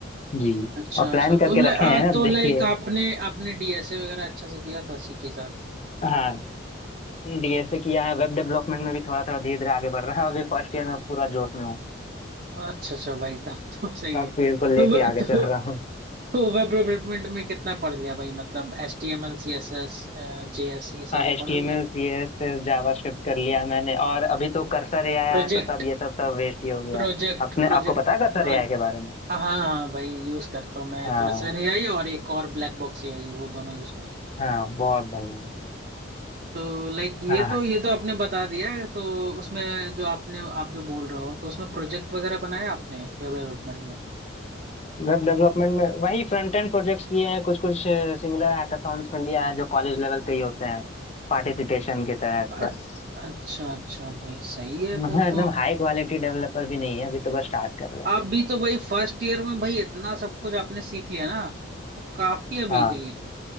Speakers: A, on the left; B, on the right.
A: जी
B: अच्छा
A: और प्लान
B: अच्छा
A: करके
B: तो ल,
A: रखे
B: आ,
A: हैं अब
B: तो
A: देखिए
B: लाइक आपने आपने डीएसए वगैरह अच्छा से किया था सी के साथ
A: हाँ डीएसए किया है वेब डेवलपमेंट में भी थोड़ा थोड़ा धीरे धीरे आगे बढ़ रहा है अभी फर्स्ट ईयर में पूरा जोश में हूँ
B: अच्छा अच्छा भाई तब तो सही
A: सब
B: है
A: फील्ड को लेके
B: तो वो-
A: आगे
B: तो
A: चल रहा
B: तो वेब डेवलपमेंट में कितना पढ़ लिया भाई मतलब H T M L C S S J S ये सारे
A: हाँ H
B: पढ़
A: T M
B: लिया
A: L C S S, JavaScript कर लिया मैंने और अभी तो कर्सर ए आया
B: Project
A: है तो सब ये सब सब वेस्ट ही हो गया
B: project
A: अपने
B: project
A: आपको पता है कर्सर
B: हाँ
A: ए आई के बारे में
B: हाँ हाँ, भाई यूज करता हूँ मैं
A: हाँ
B: क्रशर एआई और एक और ब्लैक बॉक्स एआई वो दोनों यूज करता हूँ
A: हाँ बहुत बढ़िया
B: तो लाइक ये
A: हाँ
B: तो ये तो आपने बता दिया है, तो उसमें जो आपने आप जो बोल रहे हो तो उसमें प्रोजेक्ट वगैरह बनाया आपने वेब डेवलपमेंट में
A: वेब डेवलपमेंट में वही फ्रंट एंड प्रोजेक्ट्स किए हैं कुछ कुछ सिमिलर हैकाथॉन्स में लिया है जो कॉलेज लेवल पे ही होते हैं पार्टिसिपेशन के तहत
B: अच्छ-
A: बस
B: अच्छा अच्छा भाई सही
A: <laughs>
B: है
A: मतलब
B: फिर
A: एकदम
B: तो
A: हाई क्वालिटी डेवलपर भी नहीं है अभी तो बस स्टार्ट कर रहे हैं
B: आप भी तो भाई फर्स्ट ईयर में भाई इतना सब कुछ आपने सीख लिया ना वो काफी है अभी
A: हाँ
B: के लिए